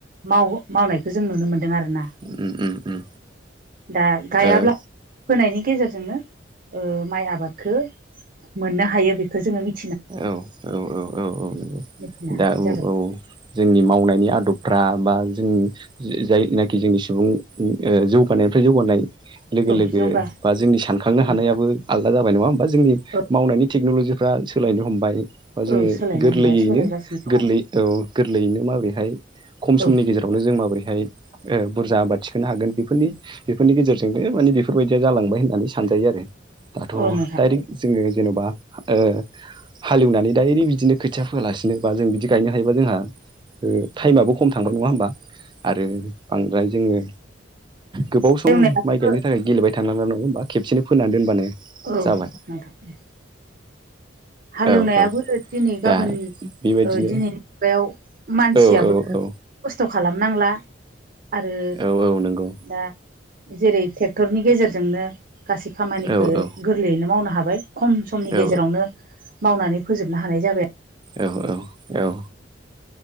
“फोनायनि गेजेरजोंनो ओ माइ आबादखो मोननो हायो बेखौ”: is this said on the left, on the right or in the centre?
Right